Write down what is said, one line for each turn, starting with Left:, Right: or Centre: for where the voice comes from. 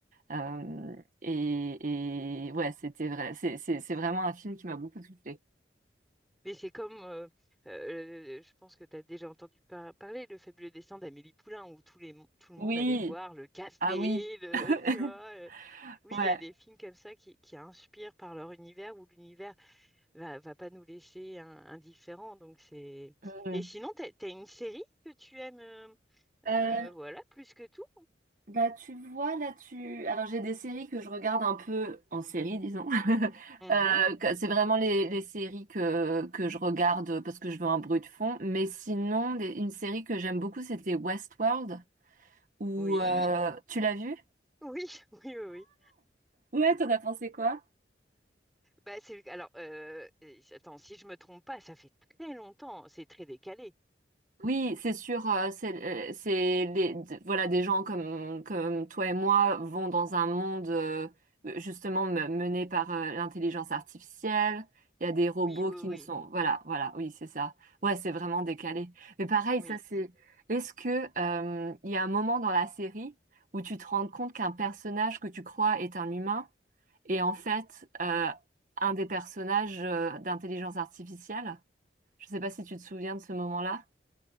Right: Euh, et, et ouais, c'était vrai. C'est c'est c'est vraiment un film qui m'a beaucoup touchée.
Centre: Mais c'est comme euh, euh, euh, je pense que tu as déjà entendu par- parler le fabuleux destin d'Amélie Poulain où tous les mon- tout le
Right: Oui,
Centre: monde allait voir le café,
Right: ah oui,
Centre: le
Right: <laughs>
Centre: tu vois. euh. Oui,
Right: ouais.
Centre: il y a des films comme ça qui qui inspirent par leur univers ou l'univers va, va pas nous laisser in- indifférents. Donc c'est...
Right: Mm.
Centre: Et sinon, t'as, t'as une série que tu aimes, euh, euh,
Right: Euh,
Centre: voilà, plus que tout?
Right: Bah tu vois là tu alors j'ai des séries que je regarde un peu en série disons <laughs>
Centre: Mhm.
Right: euh, que- c'est vraiment les, les séries que que je regarde parce que je veux un bruit de fond mais sinon des- une série que j'aime beaucoup c'était Westworld ou
Centre: Oui,
Right: euh, tu l'as vue?
Centre: oui, <laughs> oui, oui, oui.
Right: Ouais, t'en as pensé quoi?
Centre: Bah, c'est, alors, euh, euh, attends, si je me trompe pas, ça fait très longtemps, c'est très décalé.
Right: Oui, c'est sûr, euh, c'est euh, c'est les d- voilà des gens comme comme toi et moi vont dans un monde euh, euh, justement me- mené par euh, l'intelligence artificielle. Il y a des robots
Centre: Oui, oui,
Right: qui
Centre: oui,
Right: ne sont voilà voilà oui c'est ça ouais c'est vraiment décalé. Mais pareil
Centre: oui.
Right: ça c'est est-ce que euh, il y a un moment dans la série où tu te rends compte qu'un personnage que tu crois est un humain et en fait euh, un des personnages euh, d'intelligence artificielle? Je sais pas si tu te souviens de ce moment-là.